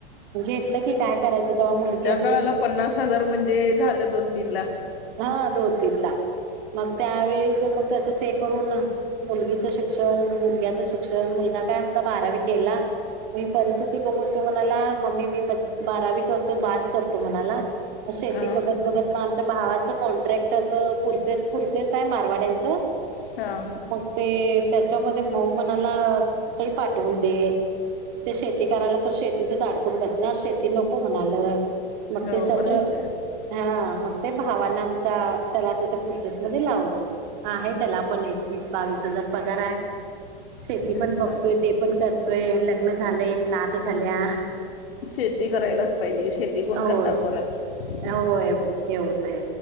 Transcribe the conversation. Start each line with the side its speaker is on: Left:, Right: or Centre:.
Right: घेतलं की काय करायचं. तेव्हा मुलगी
Left: त्या
Right: आमची
Left: काळाला पन्नास हजार म्हणजे झालं दोन तीन लाख
Right: हा दोन तीन लाख मग त्यावेळी मग तसंच हे करून मुलगीच शिक्षण मुलग्याच शिक्षण मुलग काय आमचा बारावी केला. ही परिस्थिती बघून तो म्हणाला मम्मी मी म बारावी करतो बास करतो म्हणाला. शेती
Left: हा
Right: बघत बघत मग आमच्या भावा. कॉन्ट्रॅक्ट अस पुरसेस पुरसेस आहे मारवाड्यांचं
Left: हा
Right: मग ते त्याच्यामध्ये भाऊ म्हणाला ताई पाठवून दे. ते शेती करायला तर शेतीतच अडकून बसणार शेती नको म्हणाल मग
Left: हो
Right: ते सरळ
Left: बरं आहे की
Right: हा मग ते भावाच्या आमच्या त्याला तिथ पुर्सेस मध्ये लावलं. आहे त्याला आपण एक वीस बावीस हजार पगार आहे. शेती
Left: हम्म
Right: पण बघतोय
Left: चालेल
Right: ते पण करतोय लग्न झालंय एक नात झाल्या.
Left: शेती करायलाच पाहिजे की शेती कोण
Right: होय
Left: करणार परत
Right: होय हे होतय